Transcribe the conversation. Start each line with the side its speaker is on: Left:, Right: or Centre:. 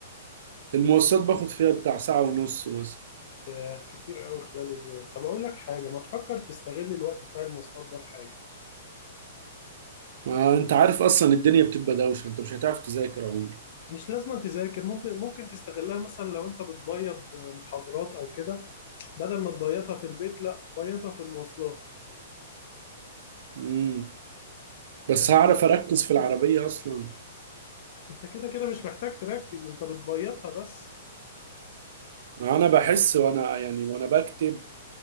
Right: المواصلات باخد فيها بتاع ساعة ونص مثلا
Left: ياه كتير قوي خلال اليوم طب اقول لك حاجة ما تفكر تستغل الوقت بتاع المواصلات ده في حاجة
Right: ما انت عارف اصلا الدنيا بتبقى دوشة انت مش هتعرف تذاكر عمري
Left: مش لازم تذاكر ممكن ممكن تستغلها مثلا لو انت بتبيض محاضرات او كده بدل ما تبيضها في البيت لا بيضها في المواصلات
Right: امم بس
Left: فاهمني
Right: هعرف اركز في العربية اصلا
Left: انت كده كده مش محتاج تركز انت بتبيضها بس
Right: انا بحس وانا يعني وانا بكتب